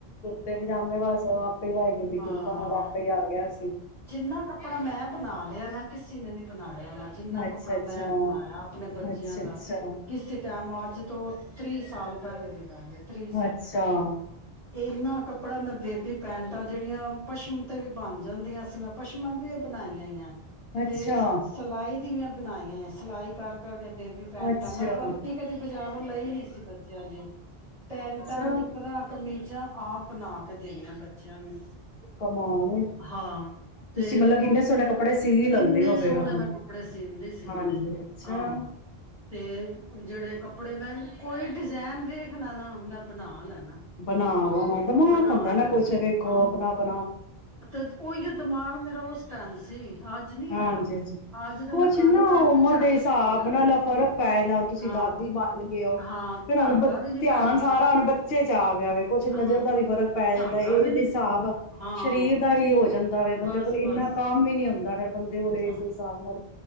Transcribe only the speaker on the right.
ਹਾਂ।
ਜਿੰਨਾ ਕੱਪੜਾ ਮੈਂ ਬਣਾ ਲਿਆ ਨਾ ਕਿਸੇ ੀ ਬਇਆ ਣਾ ਜਿੰਨਾ
ਕੱਪੜਾ
ਮੈਂ ਬਣਾਇਆ ਆਪਣੇ ਬੱਚਿਆਂ
ਦਾ
ਕਿਸੇ ਟਾਈਮ ਅੱਜ ਤੋਂ ਤੀਹ ਸਾਲ ਪਹਿਲ ਦੀ ਗੱਲ ਤੀ ਸਾਲ
ਇਨਾ ਕ ਕੱਪੜਾ ਮੈਂ ਬੇਬੀ ਪੈਂਟਾਂ ਜਿਹੜੀਆਂ ਪਸ਼ਮ ਤੇ ਵੀ ਬਣ ਜਾਂਦੀਆਂ ਸੀ ਮੈਂ ਪਸ਼ਮਾਂ ਦੀਆਂ ਬਣਾਈਆਂ
ਤੇ ਸਿਲਾਈ ਦੀ ਵੀ ਬਣਾਈਆਂ ਸਿਲਾਈ ਕਰ ਕਰ ਬੇਬੀ ਪੈਂਟਾਂ
ਮੈਂ ਵਰਤੀ ਕਦੀ ਬਾਜ਼ਾਰੋਂ ਲਈ ਨੀ ਸੀ ਬੱਚਿਆਂ ਦੀ ਪੈਂਟਾਂ
ਨਕਰਾਂ ਕਮੀਜ਼ਾਂ ਆਪ ਬਣਾ ਦੇਣੀਆਂ ਬੱਚਿਆਂ ਨੂੰ
ਹਾਂ ਤੇ
ਉਹ
ਇੰਨੇ
ਸੋਹਣੇ
ਮੈਂ ਕੱਪੜੇ ਸੀਂਦੀ ਸੀ
ਹਾਂ ਤੇ ਜਿਹੜੇ ਕੱਪੜੇ ਮੈਂ ਕੋਈ ਜੈਨ ਵੇਖਣਾ ਨਾ ਮੈਂ ਬਣਾ ਲੈਣਾ
ਬਣਾ
ਲੈਣਾ
ਹਾਂ
ਤੇ ਉਹੀ ਦਿਮਾਗ ਮੇਰਾ ਉਸ ਸਟਾਈਨ ਸੀ। ਅੱਜ ਨੀ ਹੈਗਾ
ਅੱਜ ਤੇ
ਮੈਂ ਗੱਲ
ਕਰਕੇ
ਝੱਟ
ਭੁੱਲ ਜਾਣਾ
ਹਾਂ
ਹਾਂ
ਧਾਗਾ
ਵੀ ਨੀ
ਪੈਂਦਾ
ਮੇਰੇ
ਕੋਲ
ਹਾਂ
ਧਾਗਾ
ਵੀ ਨੀ
ਹਾਂ
ਬਸ
ਬਸ
ਹਾਂ